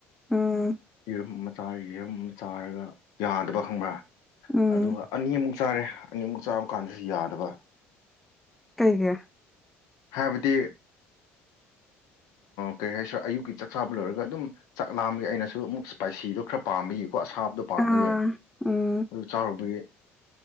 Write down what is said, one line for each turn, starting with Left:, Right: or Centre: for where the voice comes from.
Centre: ꯎꯝ
Left: ꯌꯦꯔꯨꯝꯆꯥ ꯌꯦꯔꯨꯝ ꯆꯥꯔꯒ ꯌꯥꯗꯕ ꯈꯪꯕ꯭ꯔꯥ
Centre: ꯎꯝ
Left: ꯑꯗꯨꯒ ꯑꯅꯤꯃꯨꯛ ꯆꯥꯔꯦ ꯑꯅꯤꯃꯨꯛ ꯆꯥꯕ ꯀꯥꯟꯗꯁꯨ ꯌꯥꯗꯕ
Centre: ꯀꯩꯒꯦ
Left: ꯍꯥꯏꯕꯗꯤ ꯀꯔꯤ ꯍꯥꯏꯁꯤꯔꯥ ꯑꯌꯨꯛꯀꯤ ꯆꯛ ꯆꯥꯕ ꯂꯣꯏꯔꯒ ꯑꯗꯨꯝ ꯆꯥꯛ ꯂꯥꯝꯒꯤ ꯑꯩꯅꯁꯨ ꯑꯃꯨꯛ ꯏꯁꯄꯥꯏꯁꯤꯗꯣ ꯈꯔ ꯄꯥꯝꯕꯩꯌꯦꯀꯣ ꯑꯁꯥꯕꯗꯣ ꯄꯥꯝꯕꯒ
Centre: ꯑꯥ ꯎꯝ
Left: ꯑꯗꯨ ꯆꯥꯔꯨꯕꯒꯤ